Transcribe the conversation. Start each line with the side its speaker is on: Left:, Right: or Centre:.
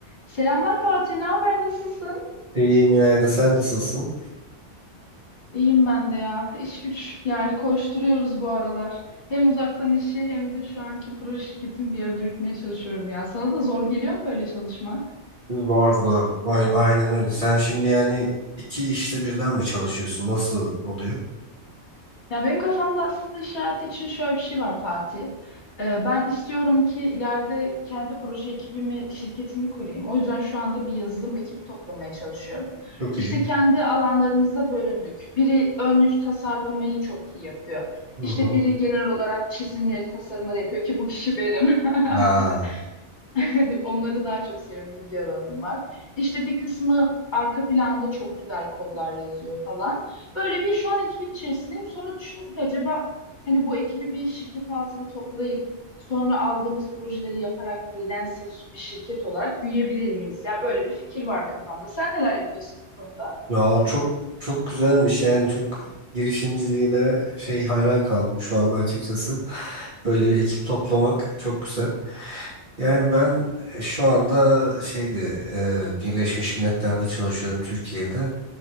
Left: Selamlar Fatih, ne haber, nasılsın?
Right: İyiyim İlayda sen nasılsın?
Left: İyiyim ben de ya. İş güç yani koşturuyoruz bu aralar. Hem uzaktan işi hem de şu anki proje şirketimi bir arada yürütmeye çalışıyorum ya. Sana da zor geliyor mu böyle çalışmak?
Right: Zor zor. Ay- aynen öyle. Sen şimdi yani iki işte birden mi çalışıyorsun? Nasıl oluyor?
Left: Ya benim kafamda aslında iş hayatı için şöyle bir şey var Fatih. Ee, ben istiyorum ki ileride kendi proje ekibimi, şirketimi kurayım. O yüzden şu anda bir yazılım ekibi toplamaya çalışıyorum.
Right: Çok
Left: İşte
Right: iyi.
Left: kendi alanlarımızda bölündük. Biri ön yüz tasarlamayı çok iyi yapıyor.
Right: Hı
Left: İşte
Right: hı.
Left: biri genel olarak çizimleri, tasarımları yapıyor ki bu kişi benim.
Right: Aa,
Left: <laughs> <laughs> Onları daha çok seviyorum. ilgi alanım var. İşte bir kısmı arka planda çok güzel kodlar yazıyor falan. Böyle bir şu an ekibin içerisindeyim. Sonra düşündüm ki acaba hani bu ekibi bir şirket altında toplayıp sonra aldığımız projeleri yaparak freelancer bir şirket olarak büyüyebilir miyiz? Ya böyle bir fikir var kafamda. Sen neler yapıyorsun bu konuda?
Right: ya çok çok güzelmiş yani çok girişimciliğine şey hayran kaldım şu anda açıkçası. Böyle bir ekip toplamak çok güzel. Yani ben e, şu anda şeyde e, Birleşmiş Milletler'de çalışıyorum Türkiye'de.